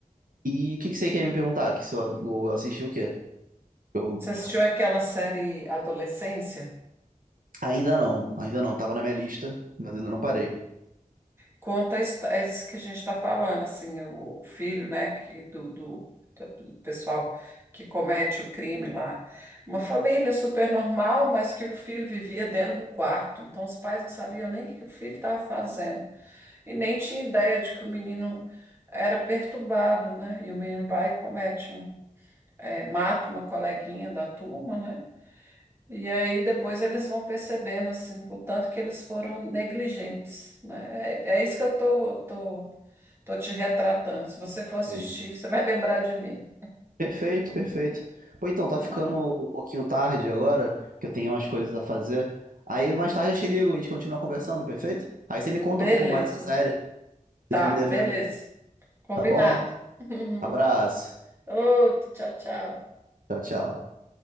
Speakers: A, on the right; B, on the right.
A: E o que que você quer me perguntar? Que se eu, eu assisti o quê? Eu
B: Você assistiu aquela série Adolescência?
A: ainda não, ainda não, tava na minha lista, mas ainda não parei.
B: Conta a histó- é isso que a gente está falando, assim, o filho, né, que do, do, do pessoal que comete o crime lá. Uma família super normal, mas que o filho vivia dentro do quarto. Então os pais não sabiam nem o que o filho estava fazendo. E nem tinha ideia de que o menino era perturbado, né? E o menino vai e comete um, é, mata uma coleguinha da turma, né? E aí depois eles vão percebendo assim, o tanto que eles foram negligentes, né? É, é isso que eu tô, tô, tô te retratando. Se você for assistir,
A: Sei.
B: você vai <laughs> lembrar de mim.
A: Perfeito, perfeito. Pô, então, tá ficando
B: É.
A: um pouquinho tarde agora, que eu tenho umas coisas a fazer. Aí mais tarde eu te ligo e a gente continua conversando, perfeito? Aí você me conta
B: Beleza.
A: um pouco mais dessa série. Você
B: Tá,
A: fica me devendo,
B: beleza. Combinado.
A: tá bom?
B: <laughs>
A: Abraço.
B: Outro, tchau, tchau.
A: Tchau, tchau.